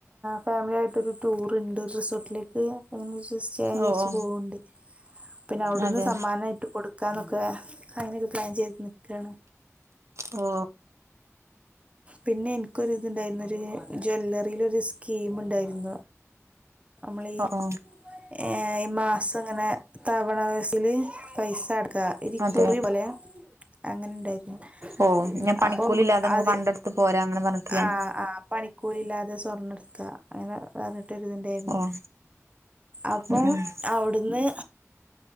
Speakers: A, on the right; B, on the right.
A: ഫാമിലി ആയിട്ടൊരു ടൂർ ഉണ്ട് റിസോർട്ടിലേക്ക് ഒ ഇഷ്ട്ടയിച്ചു
B: ഓ ഓ
A: പോണ്ട് പിന്നെ അവിടുന്ന്
B: അതെ
A: സമ്മാനമായിട്ട് കൊടുക്കാ ന്നൊക്കെ അങ്ങനെയൊക്കെ പ്ലാൻ ചെയ്ത് നിൽക്കാണ്
B: ഓ
A: പിന്നെ എനിക്കൊര് ഇതുണ്ടായിരുന്നൊരു ജ്വല്ലറിയിലൊരു സ്കീം ഉണ്ടായിരുന്നു. അമ്മളീ
B: ഓ ഓ
A: ഏ ഈ മാസം ഇങ്ങനെ തവണ വസയില് പൈസ അട ക്കാ ഈ
B: അതെ
A: കുറി പോലെ അങ്ങനെ ഇണ്ടായിരുന്നു
B: ഓ ഞാൻ പണിക്കൂലില്ലാതെ
A: അപ്പം
B: നമുക്ക്
A: അതേ
B: പണ്ടെടുത്ത് പോരാ അങ്ങനെ പറഞ്ഞിട്ടില്ലേ
A: ആഹ്‌ ആഹ്‌ പണി കൂലി ഇല്ലാതെ സ്വർണ എടുത്ത അങ്ങനെ പറഞ്ഞിട്ടെരുത് ഇണ്ടായിരുന്നു
B: ഓ
A: അപ്പം
B: ഉം ഉം
A: അവിടുന്ന്